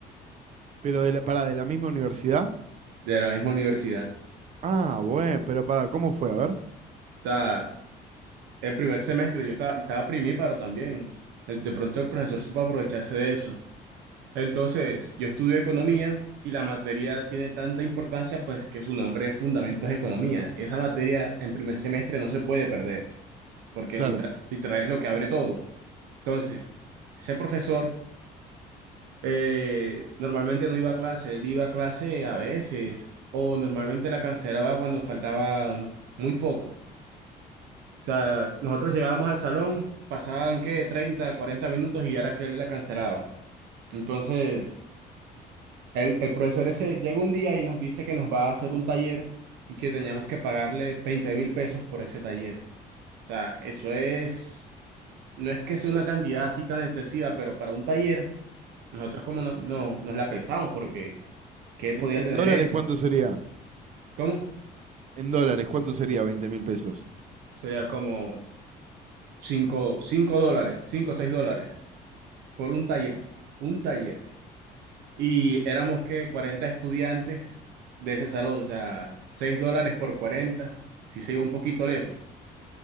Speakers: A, on the right; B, on the right.
A: Pero de la, para de la misma universidad.
B: de la misma universidad. O
A: Ah, bueno, pero para, ¿cómo fue? A ver.
B: sea, el primer semestre yo estaba, estaba primíparo también. De pronto el profesor supo aprovecharse de eso. Entonces, yo estudio economía y la materia tiene tanta importancia, pues que su nombre es Fundamentos de Economía. Esa materia en primer semestre no se puede perder. porque
A: Claro.
B: literal, literal es lo que abre todo. Entonces, ese profesor eh, normalmente no iba a clase, él iba a clase a veces, o normalmente la cancelaba cuando faltaba muy poco. O sea, nosotros llegábamos al salón, pasaban que 30 40 minutos y era que él la cancelaba. Entonces, el, el profesor ese llega un día y nos dice que nos va a hacer un taller y que teníamos que pagarle veinte mil pesos por ese taller. O sea, eso es no es que sea una cantidad así tan excesiva, pero para un taller, nosotros como no, no nos la pensamos, porque ¿qué
A: En,
B: podía
A: en
B: tener
A: dólares
B: eso?
A: cuánto sería?
B: ¿Cómo?
A: En dólares, ¿cuánto sería Veinte mil pesos?
B: Sería como cinco cinco, dólares, 5 o 6 dólares por un taller, un taller. Y éramos que 40 estudiantes de ese salón, o sea, 6 dólares por cuarenta si se iba un poquito lejos.